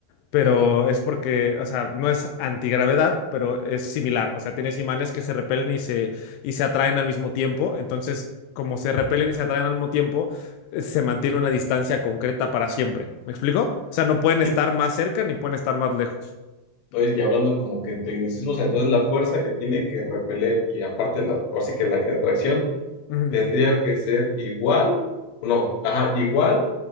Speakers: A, on the left (about 90°); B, on the left (about 70°).
A: pero
B: ajá.
A: es porque, o sea, no es antigravedad, pero es similar. O sea, tienes imanes que se repelen y se, y se atraen al mismo tiempo. Entonces, como se repelen y se atraen al mismo tiempo, eh, se mantiene una distancia concreta para siempre. ¿Me explico? O sea, no pueden
B: Sí,
A: estar más cerca ni pueden estar más lejos.
B: oye, y hablando en como que en tecnicismos, entonces la fuerza que tiene que repeler y aparte, la, o así que la que- atracción
A: Ujú.
B: tendría que ser igual, no, ajá, igual